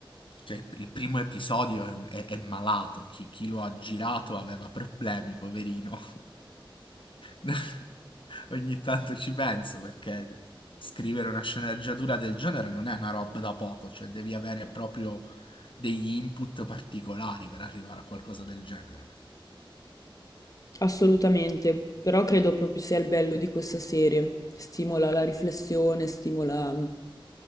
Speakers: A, on the left; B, on the left.
A: Cioè, il primo episodio è, è- è malato, chi, chi lo ha girato aveva problemi, poverino. <laughs> Ogni tanto ci penso perché scrivere una sceneggiatura del genere non è una roba da poco, cioè devi avere proprio degli input particolari per arrivare a qualcosa del genere.
B: Assolutamente, però credo proprio sia il bello di questa serie. Stimola la riflessione, stimola mm,